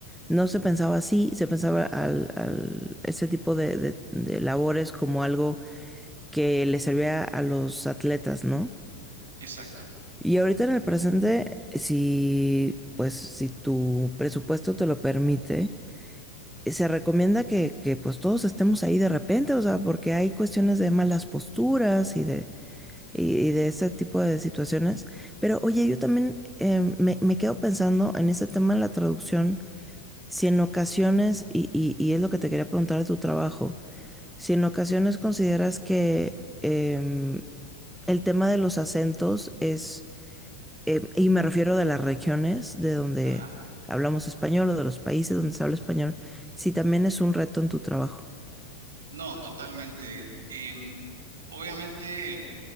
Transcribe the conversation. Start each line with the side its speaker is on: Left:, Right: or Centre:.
Centre: no se pensaba así, se pensaba al, al- ese tipo de, de- de labores como algo que le servía a los atletas, ¿no?
Right: Exacto.
Centre: Y ahorita en el presente, si, pues, si tu presupuesto te lo permite, se recomienda que, que, pues todos estemos ahí de repente, o sea, porque hay cuestiones de malas posturas y de, y, y de ese tipo de situaciones. Pero oye, yo también eh, me, me, quedo pensando en ese tema de la traducción, si en ocasiones, y, y, y, es lo que te quería preguntar de tu trabajo, si en ocasiones consideras que eh, el tema de los acentos es eh, y me refiero de las regiones de donde
Right: Ajá.
Centre: hablamos español o de los países donde se habla español, si también es un reto en tu trabajo.
Right: No, totalmente. Em, obviamente,